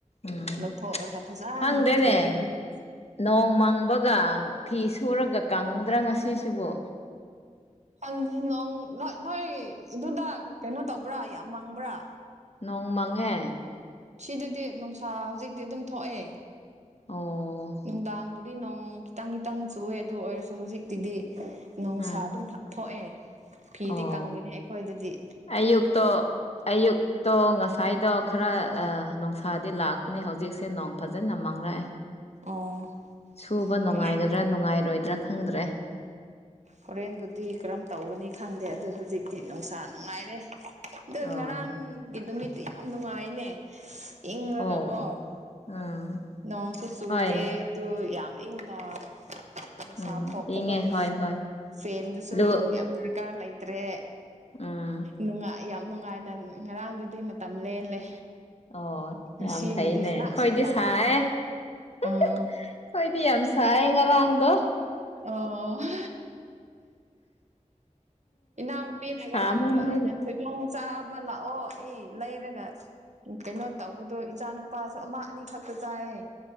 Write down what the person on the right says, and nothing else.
ꯂꯧꯊꯣꯛꯑꯒ ꯐꯖꯅ
ꯊꯨꯞꯂꯅꯤ
ꯈꯪꯗꯦ ꯅꯣꯡ ꯅꯣꯏ ꯅꯣꯏ ꯑꯗꯨꯗ ꯀꯩꯅꯣ ꯇꯧꯕ꯭ꯔꯥ ꯌꯥꯝ ꯃꯪꯕ꯭ꯔꯥ
ꯁꯤꯗꯗꯤ ꯅꯨꯡꯁꯥ ꯍꯧꯖꯤꯛꯇꯤ ꯑꯗꯨꯝ ꯊꯣꯛꯑꯦ
ꯅꯨꯡꯗꯥꯡꯕꯨꯗꯤ ꯅꯣꯡ ꯈꯤꯇꯪ ꯈꯤꯇꯪ ꯆꯨꯑꯦ ꯑꯗꯨ ꯑꯣꯏꯔꯁꯨ ꯍꯧꯖꯤꯛꯇꯤꯗꯤ ꯅꯨꯡꯁꯥ
ꯑꯗꯨꯝ ꯊꯣꯛꯑꯦ ꯐꯤꯗꯤ
ꯀꯪꯒꯅꯤ ꯑꯩꯈꯣꯏꯗꯗꯤ
ꯑꯣ
ꯍꯣꯔꯦꯟ
ꯍꯣꯔꯦꯟꯗꯨꯗꯤ ꯀꯔꯝ ꯇꯧꯒꯅꯤ ꯈꯪꯗꯦ ꯑꯗꯨ ꯍꯧꯖꯤꯛ ꯍꯥꯏꯗꯤ ꯅꯨꯡꯁꯥ ꯅꯨꯡꯉꯥꯏꯔꯦ ꯑꯗꯣ
ꯉꯔꯥꯡꯒꯤ ꯅꯨꯃꯤꯠꯇꯤ ꯌꯥꯝ ꯅꯨꯡꯉꯥꯏꯅꯦ ꯏꯪꯔꯒꯀꯣ
ꯅꯣꯡꯁꯨ ꯆꯨꯗꯦ
ꯑꯗꯨ ꯌꯥꯝ ꯏꯪꯅ ꯅꯤꯁꯥ
ꯊꯣꯛꯇꯕꯒꯤ
ꯐꯦꯟꯗꯨꯁꯨ
ꯌꯥꯝ ꯗꯔꯀꯥꯔ ꯂꯩꯇ꯭ꯔꯦ
ꯅꯨꯡꯉꯥꯏ ꯌꯥꯝ ꯅꯨꯡꯉꯥꯏꯅ ꯉꯔꯥꯡꯗꯨꯗꯤ ꯃꯇꯝ ꯂꯦꯜꯂꯦ
ꯉꯁꯤꯕꯨꯗꯤ
ꯈꯔ
ꯁꯥꯇꯛ
ꯑꯥ
ꯑꯣ <unintelligible> ꯏꯅꯥꯎꯅꯨꯄꯤꯅ ꯉꯔꯥꯡꯗꯣ
ꯑꯩꯅ ꯊꯣꯏꯗꯣꯡ ꯆꯥꯕ ꯂꯥꯛꯑꯣ ꯑꯩ ꯂꯩꯔꯒ ꯎꯝ ꯀꯩꯅꯣ ꯇꯧꯕꯗꯣ ꯏꯆꯥ ꯅꯨꯨꯄꯥꯁꯨ ꯑꯃ ꯑꯅꯤꯈꯛꯇ ꯆꯥꯏꯌꯦ